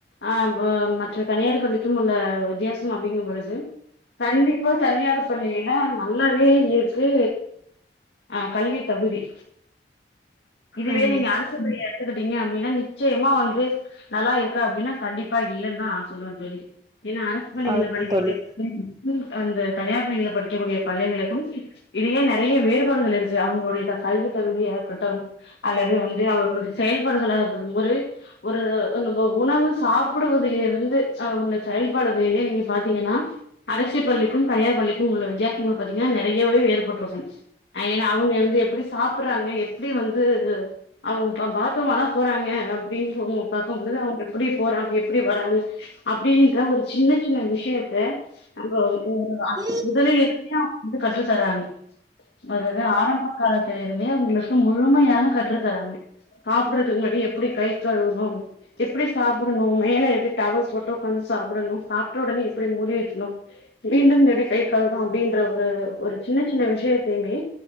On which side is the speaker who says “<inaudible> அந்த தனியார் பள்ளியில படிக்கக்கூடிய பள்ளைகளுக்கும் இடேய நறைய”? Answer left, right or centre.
Left